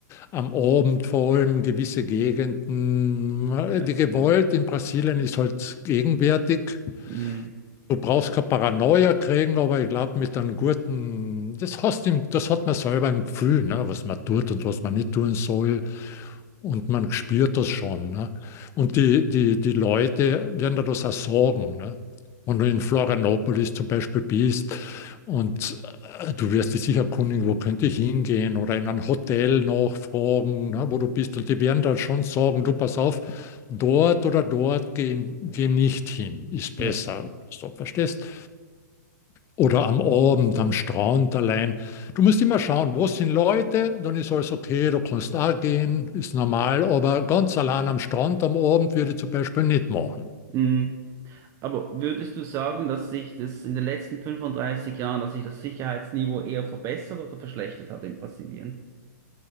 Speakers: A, on the left (about 25°); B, on the right (about 30°).
A: am Abend vor allem gewisse Gegenden. Äh,
B: ja.
A: Die Gewalt in Brasilien ist halt gegenwärtig.
B: Mm,
A: Du brauchst keine Paranoia kriegen, aber ich glaube, mit einem guten, das hast im, das hat man selber im Gefühl, ne? Was man tut und was man nicht tun soll. Und man spürt das schon. Ne? Und die, die, die Leute werden dadurch auch sorgen. Ne? Wenn du in Florianopolis zum Beispiel bist und äh, du wirst dich sicher erkundigen, wo könnte ich hingehen oder in ein Hotel nachfragen, ne, wo du bist. Und die werden da schon sagen, du pass auf, dort oder dort geh, geh nicht hin, ist besser.
B: ja.
A: So, verstehst? Oder am Abend, am Strand allein. Du musst immer schauen, wo sind Leute, dann ist alles okay, du kannst da gehen, ist normal, aber ganz allein am Strand am Abend würde ich zum Beispiel nicht machen.
B: Mm. Aber würdest du sagen, dass sich das in den letzten 35 Jahren, dass sich das Sicherheitsniveau eher verbessert oder verschlechtert hat in Brasilien?